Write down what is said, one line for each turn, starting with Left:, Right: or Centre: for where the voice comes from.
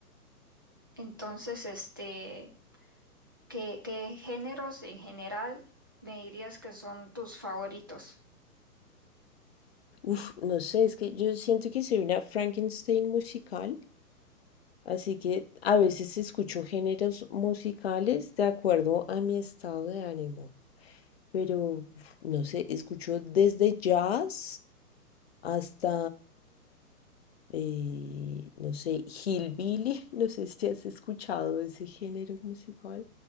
Right: Entonces, este, ¿qué, qué géneros en general me dirías que son tus favoritos?
Left: Uf, no sé, es que yo siento que soy una Frankenstein musical, así que a veces escucho géneros musicales de acuerdo a mi estado de ánimo. Pero, uf, no sé, escucho desde jazz. hasta, eh, no sé, Hillbilly, <laughs> no sé si has escuchado ese género musical.